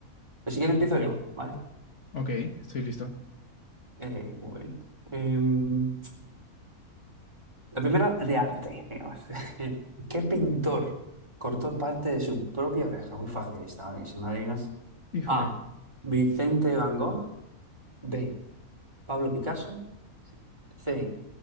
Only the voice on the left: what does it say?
Ok. Estoy listo.
Híjole.